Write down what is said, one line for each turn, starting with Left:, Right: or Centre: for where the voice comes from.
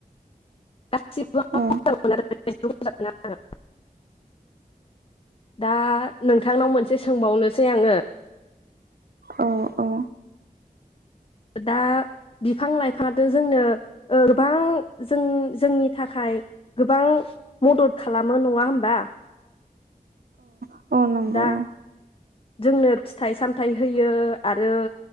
Left: गासिबो
Right: औ
Left: मोजां मोनो आरो <unintelligible> दा नोंथांनाव मोन से सोंबावनोसै आङो।
Right: अ अ
Left: दा बिफां-लाइफाङाथ जोंनो ओ गोबां जों-जोंनि थाखाय गोबां मदद खालामो नङा होमबा
Right: औ नंगौ
Left: दा
Right: औ
Left: जोंनो फिथाइ-सामथाइ होयो आरो